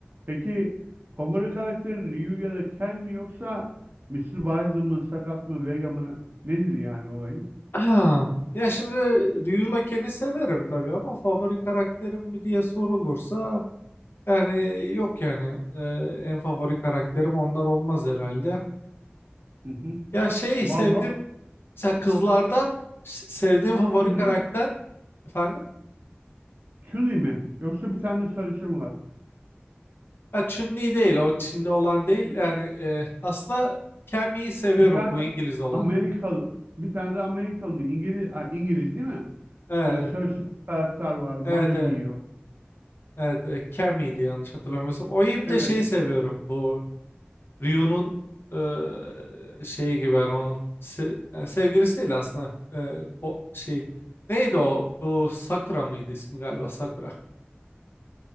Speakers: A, on the right (about 50°); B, on the left (about 65°).
A: Peki favori karakterin Ryu ya da Ken mi yoksa Mister Bison mı, Sagat mı, Vega mı? Nedir yani olayın?
B: Ha, ya şimdi Ryu Laken'i severim tabii ama favori karakterim mi diye sorulursa yani yok yani Ee, en favori karakterim onlar olmaz herhalde.
A: Hı hı.
B: Ya şey
A: Balrog,
B: sevdim mesela kızlardan s- sevdiğim favori
A: Chun-Li,
B: karakter efendim
A: Chun-Li mi? Yoksa bir tane sarışın var.
B: ya Chun-Li değil o Çinli olan değil yani e, aslında Cammy'yi seviyorum
A: Bir tane
B: bu İngiliz olan.
A: Amerikalı, bir tane de Amerikalı mı? İngiliz, ha, İngiliz değil mi?
B: Evet
A: Böyle sarışın bir karakter var, mayo
B: evet evet,
A: giyiyor.
B: evet, e, Cammy'ydi yanlış hatırlamıyorsam. O iyi bir
A: Evet,
B: de şeyi seviyorum bu. Ryu'nun eee, şeyi gibi yani onun se- yani sevgilisi değil aslında Eee, o şey neydi o bu Sakura mıydı ismi galiba Sakura